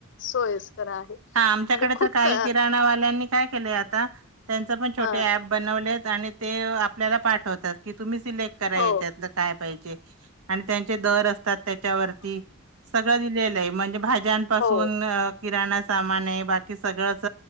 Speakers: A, on the left; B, on the right.
A: सोयस्कर आहे.
B: हा, आमच्याकडे
A: आणि खूप
B: तर काही
A: क
B: किराणावाल्यांनी काय केलय? आता त्यां पण छोट
A: हा
B: ॲप बनवले आहेत आणि ते आपल्याला पाठवतात तुम्ही सिलेक्ट करा
A: हो
B: याच्यातल काय पाहिजे? आणि त्यांचे दर असतात. त्याच्यावरती सगळं दिलेलं आहे. म्हणजे भाज्या
A: हो
B: पासुन किराणा सामान आहे. बाकी सगळंच